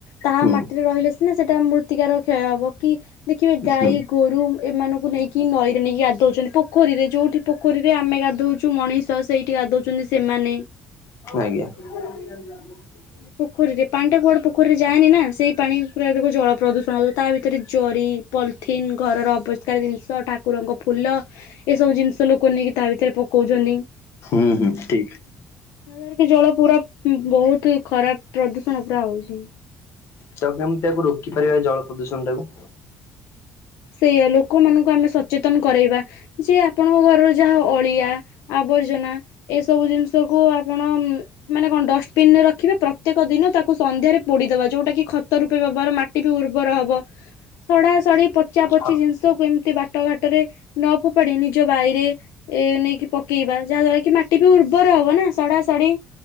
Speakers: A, on the left; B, on the left.
A: ତାହା
B: ହୁଁ
A: ମାଟିରେ ରହିଲେ ସେ- ଥିନେ ସେଟା ମୃତ୍ତିକାର କ୍ଷୟ ହବକି ଦେଖିବେ ଗାଈ
B: ହୁଁ
A: ଗୋରୁ ଏମାନଙ୍କୁ ନେଇକି ନଈ ନେଇକି ଗାଧୋଉଛନ୍ତି ପୋଖରୀରେ ଯୋଉଠି ପୋଖରୀରେ ଆମେ ଗାଧଉଚୁ ମଣିଷ ସେଇ ଟି ଗାଧଉଛନ୍ତି ସେମାନେ।
B: ଆଜ୍ଞା <inaudible>
A: ହେ ପୋଖରୀରେ ପାଣିଟା କୁଆଡ଼େ ପୋଖରୀରେ ଯାଏନିନା ସେଇ ପାଣି ପୁରା ଦେଖିବେ ଜଳ ପ୍ରଦୂଷଣ ହବ ତାଭିତ ତରେ ଜରି ପଲିଥିନ ଘରର ଅବିଷ୍କାର ଜିନିଷ ଠା ଠାକୁରଙ୍କ ଫୁଲ ଏସବୁ ଜିନିଷ ଲୋକ ନେଇକି ତାଭିତରେ ପକଉଛନ୍ତି।
B: ହୁଁ ହୁଁ ଠିକ।
A: ତା ଦ୍ବାରାକି ଜଳ ପୁରା ବହୁତ୍ ଖରାପ୍ ପ୍ରଦୂଷଣ ପୁରା ହଉଚି।
B: ତାକୁ କେମିତି ତାକୁ ରୋକିପାରିବା ଏଜଳ ପ୍ରଦୂଷଣ ଟାକୁ?
A: ସେଇଆ ଲୋକମାନଙ୍କୁ ଆମେ ସଚେତନ କରେଇବା ଯେ ଆପଣଙ୍କ ଘରର ଯାହା ଅଳିଆ ଆବର୍ଜନା ଏସବୁ ଜିନିଷକୁ ଆପଣ ମାନେ କଣ ଡଷ୍ଟବିନରେ ରଖିବେ ପ୍ରତ୍ୟେକ ଦିନ ତାକୁ ସନ୍ଧ୍ୟାରେ ପୋଡ଼ିଦବା ଯୋଉଟାକିି ଖତ ରୂପେବେଭାର ମାଟି ଉର୍ବର ହବ ସଢା ସଢି ପଚା ପଚି
B: ହଁ
A: ଜିନିଷକୁ ଏମିତି ବାଟ ଘାଟରେ ନଫୋପାଡ଼ି ନିଜ ବାଇରେ ଏ ନେଇକି ପକେଇବା ଯାହା ଦ୍ଵାରାକି ମାଟିବି ଉର୍ବର ହବନା ସଢା ସଢି